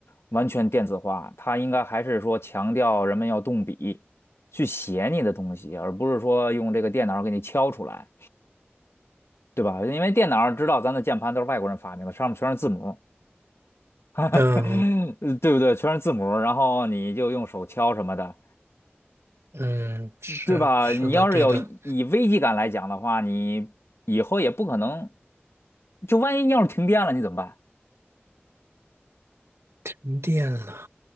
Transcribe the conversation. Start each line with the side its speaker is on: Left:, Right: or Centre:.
Left: 完全电子化，它应该还是说强调人们要动笔去写你的东西，而不是说用这个电脑给你敲出来，对吧？因为电脑知道咱的键盘都是外国人发明的，上面全是字母，<laughs> 呃
Right: 嗯
Left: 对不对？全是字母，然后你就用手敲什么的，
Right: 嗯，是是的，
Left: 对吧？你要是有以危机感来讲的话，
Right: 对的，
Left: 你以后也不可能。就万一要是停电了，你怎么办？
Right: 停电了，